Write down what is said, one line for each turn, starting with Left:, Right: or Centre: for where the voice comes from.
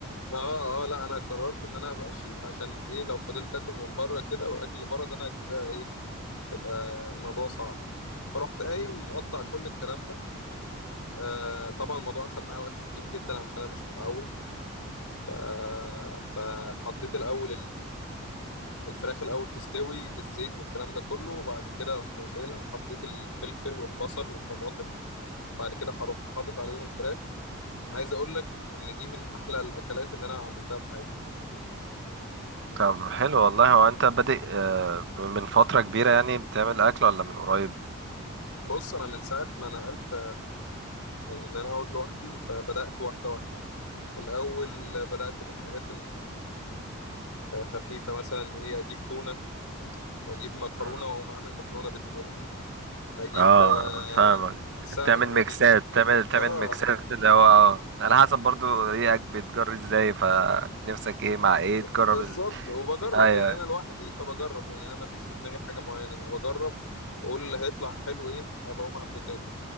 Left: اه اه لا انا قررت ان انا هبقى شيف عشان ايه لو فضلت اكل من بره كده والاكل اللي بره ده انا كده ايه هيبقى الموضوع صعب فرحت قايم مقطع كل الكلام ده آه طبعا الموضوع اخد معايا وقت كبير جدا عشان انا مش متعود ف... فحطيت الاول الفراخ الاول تستوي بالزيت والكلام ده كله وبعد كده رحت مشيلها حطيت الفلفل والبصل والطماطم بعد كده رحت حاطط عليهم الفراخ عايز اقول لك ان دي من احلى الاكلات اللي انا عملتها في حياتي
Right: طب حلو والله هو انت بادئ آه، من فترة كبيرة يعني بتعمل اكل ولا من قريب
Left: بص انا من ساعه ما نقلت يعني ان انا اقعد لوحدي فبدات واحده واحده الاول بدات بالحاجات الخفيفه مثلا ايه اجيب تونه واجيب مكرونه
Right: مم.
Left: واقوم اعمل مكرونه بالتونه اجيب
Right: اه
Left: آه،
Right: فاهمك
Left: سهله
Right: تعمل ميكسات
Left: يعني
Right: تعمل تعمل
Left: اه
Right: ميكسات اللي هو اه على حسب برضو ريقك بتجري ازاي فنفسك ايه مع ايه
Left: ب-
Right: تجرب
Left: بالظبط
Right: ال...
Left: وبجرب
Right: ايوه
Left: يعني انا لوحدي فبجرب يعني انا ما فيش في دماغي حاجه معينه انا بجرب واقول اللي هيطلع حلو ايه هبقى اقوم اعمله تاني